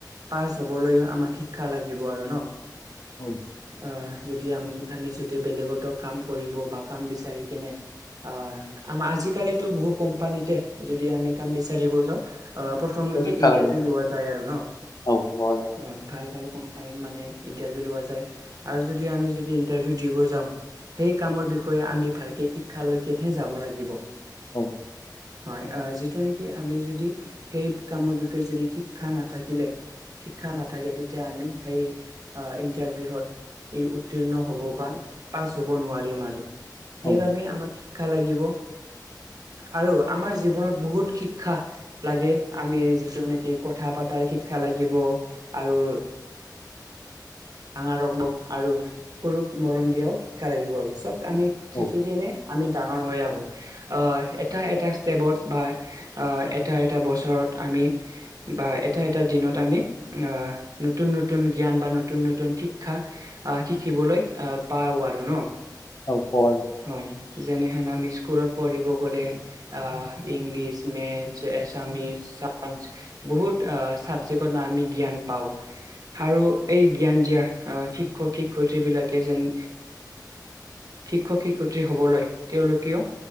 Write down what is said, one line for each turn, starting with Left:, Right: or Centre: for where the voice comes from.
Right: পাছ হবলৈও আমাক শিক্ষা লাগিব আৰু ন'।
Left: অ'
Right: আহ যদি আ আমি যদি বেলেগতো কাম কৰিব বা কাম বিচাৰি কেনে অ' আম আজিকালিতো বহু কোম্পানীতে যদি আমি কাম বিচাৰিব যাওঁ প্ৰথমতে
Left: হৌ শিক্ষা
Right: ইণ্টাৰভিউ
Left: লাগে
Right: লোৱা যায় আৰু ন'
Left: অ লোৱা যায়
Right: হয়। ভাল ভাল কোম্পানীত মানে ইণ্টাৰভিউ লোৱা যায় আৰু যদি আমি যদি ইটাৰভিউ দিব যাওঁ সেই কামৰ বিষয়ে আমি ভালকে শিক্ষা লৈকনেহে যাব লাগিব।
Left: অ'
Right: হয় অ' যিটো নেকি আমি যদি সেই কামৰ বি যদি শিক্ষা নাথাকিলে শিক্ষা নাথাকে তেতিয়া আমি সেই ইণ্টাৰভিউহত ই উত্তীৰ্ণ হ'ব বা পাছ হ'ব নোৱাৰিম আৰু
Left: অ
Right: সেইবাবে আমাক শিক্ষা লাগিব। আৰু আমাৰ জীৱনত বহুত শিক্ষা লাগে আমি যটো নেকি কথা পতাৰ শিক্ষা লাগিব আৰু ডাঙা ৰখব আৰু সৰুক মৰম দিয়াও শিক্ষা লাগিব আৰু চ'ব আমি
Left: অ
Right: শিকিকনে আমি ডাঙৰ হৈ আহোঁ। আহ এটা এটা ষ্টেপত বা আহ এটা এটা বছৰত আমি বা এটা এটা দিনত আমি নতুন নতুন জ্ঞান বা নতুন নতুন শিক্ষা আহ শিকিবলৈ আহ পাও আৰু ন।
Left: অ' <unintelligible>
Right: হয় যেনেহেন আমি স্কুলত পঢ়িব গ'লে আহ ইংলিছ মেথছ এছামিছ চাইঞ্চ বহুত ছাবজেক্টৰ ম আমি জ্ঞান পাওঁ। আৰু এই জ্ঞান দিয়া শিক্ষক শিক্ষয়িত্ৰীবিলাকে যেন শিক্ষক শিক্ষয়িত্ৰী হ'বলৈ তেওঁলোকেও